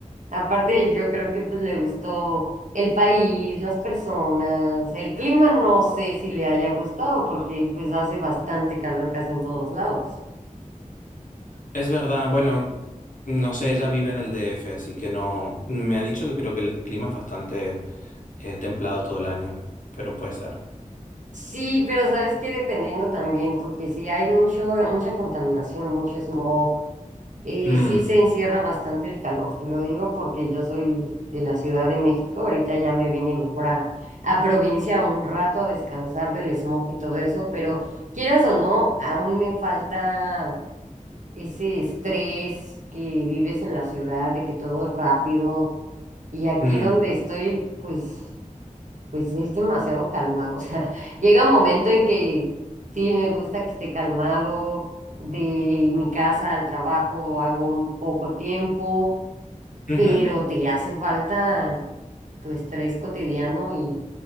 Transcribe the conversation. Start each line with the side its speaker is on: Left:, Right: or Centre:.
Right: Aparte, yo creo que pues le gustó el país, las personas, el clima, no sé si le haya gustado, porque pues hace bastante calor casi en todos lados.
Left: Es verdad, bueno, no sé, ella vive en el DF, así que no, me ha dicho que creo que el clima es bastante eh, templado todo el año, pero puede ser.
Right: Sí, pero sabes que dependiendo también, porque sí hay mucho, mucha contaminación, mucho smog. Eh,
Left: Mm,
Right: sí se encierra bastante el calor, te lo digo porque yo soy de la Ciudad de México, ahorita ya me vine mejor a, a provincia un rato a descansar del smog y todo eso, pero quieras o no, aún me falta ese estrés que vives en la ciudad, de que todo es rápido, y aquí
Left: mm,
Right: donde estoy, pues pues sí, es demasiado calmado. O sea, <laughs> llega un momento en que sí me gusta que esté calmado. De mi casa al trabajo hago un poco tiempo,
Left: ujú.
Right: pero te hace falta tu estrés cotidiano y,